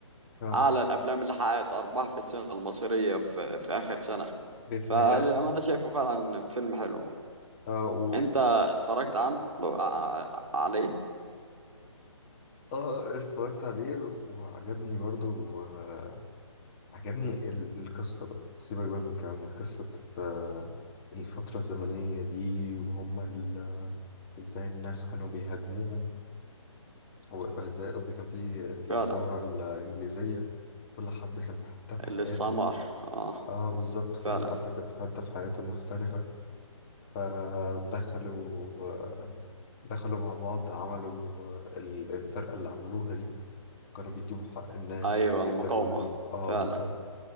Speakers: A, on the left; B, on the right.
A: اه
B: أعلى الأفلام اللي حققت أرباح في السينما المصرية في, في آخر سنة
A: بيتهيألي
B: فأنا شايفه فعلا فيلم حلو
A: اه و...
B: أنت
A: و-
B: اتفرجت عنه ع- عليه
A: اه اتفرجت عليه وعجبني برضو آه، عجبني ال- القصة بقى سيبك بقى من الكلام ده قصة آه، الفترة الزمنية دي وهم ال- ازاي الناس كانوا بيهاجموهم وازاي قصدي كان في الثورة
B: فعلا
A: الإنجليزية كل حد كان في حتة في حياته
B: الاستعمار آه
A: اه بالظبط كل
B: فعلا
A: حد كان في حتة في حياته مختلفة فدخلوا آه، دخلوا مع بعض عملوا آه، ال- الفرقة اللي عملوها دي كانوا بيجيبوا حق الناس
B: أيوة
A: ويقتلوا
B: المقاومة
A: ال... اه
B: فعلا
A: بالظبط